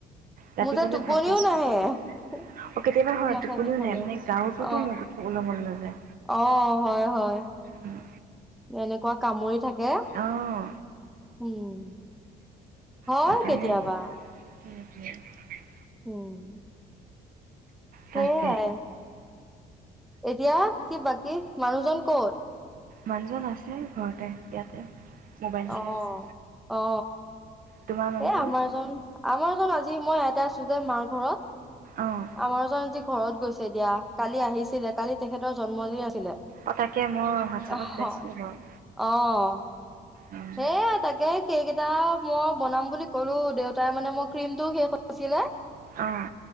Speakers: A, on the right; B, in the centre.
A: ৰাতিপুৱালৈ
B: মোৰ যে টোপনিউ
A: ভাল পাইছোঁ
B: নাহে
A: আৰু অ কেতিয়াবা হয়
B: মাথা
A: টোপনিও
B: বিষালে
A: নাহে মানে গাৰুতোতো
B: অ
A: মোৰ শুবলৈ মন নাযায়
B: অ হয় হয়
A: উম।
B: এনেকোৱা কামুৰি থাকে উম।
A: অঁ
B: হয়
A: তাকে
B: কেতিয়াবা।
A: মানে <unintelligible>
B: উম। সেয়াই
A: তাকে
B: এতিয়া কি বাকী মানুহজন ক'ত?
A: মানুহজন আছে ঘৰতে, ইয়াতে। মোবাইল
B: অ
A: চাই আছে।
B: অ
A: তোমাৰ মানুহজন?
B: এ আমাৰ জন আমাৰ জন আ জি মই ইয়াতে আছো যে মাৰ ঘৰত।
A: অঁ
B: আমাৰ জন আজি ঘৰত গৈছে দিয়া কালি আহিছিলে কালি তেখেতৰ জন্মদিন আ ছিলে।
A: অঁ তাকে মই হোৱাটছএপত
B: অহ
A: পাইছিলোঁ বাৰু।
B: অ তে
A: উম,
B: হে তাকে কেক এটা মই বনাম বুলি কলো দেউতাই মানে মোৰ ক্ৰীমটো শেষ হৈছিলে
A: অঁ